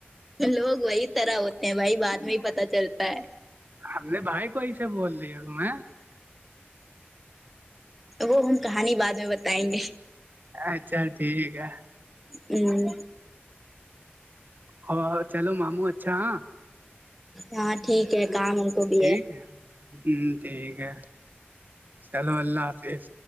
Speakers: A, in the centre; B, on the right.
A: لوگ وہی طرح ہوتے ہیں بائی بعد میں ہی پتا چلتا ہے
B: ہم نے بھائی کوئی سے بول رہی ہے تمہیں
A: وہ ہم کہانی بعد میں بتائیں گے
B: اچھا ٹھیک ہے
A: ہوں
B: ہاں چلو ماموں اچھا ہاں
A: ہاں ٹھیک ہے کام کو بھی
B: ٹھیک ہے ہ ٹھیک ہے چلو اللہ حافظ